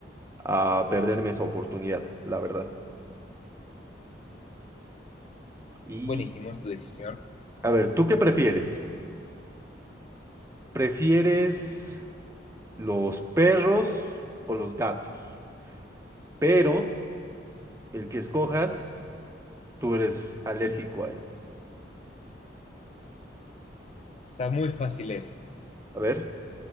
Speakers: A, on the right; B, on the left.
A: a perderme esa oportunidad, la verdad. Y,
B: Buenísimo, es tu decisión.
A: a ver, ¿tú qué prefieres? ¿Prefieres los perros o los gatos? Pero el que escojas, tú eres alérgico a él.
B: Está muy fácil esa.
A: A ver.